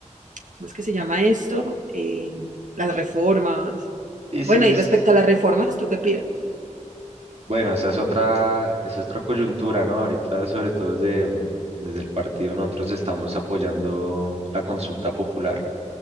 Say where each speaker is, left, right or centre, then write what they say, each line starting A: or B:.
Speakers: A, on the right (about 80°); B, on the right (about 55°).
A: ¿cómo es que se llama esto? Eh, las reformas.
B: y
A: Bueno,
B: sí,
A: y
B: es.
A: respecto a las reformas, ¿tú qué piensas?
B: Bueno, esa es otra, esa es otra coyuntura, ¿no? Ahorita, sobre todo desde, mm, desde el partido, nosotros estamos apoyando la consulta popular.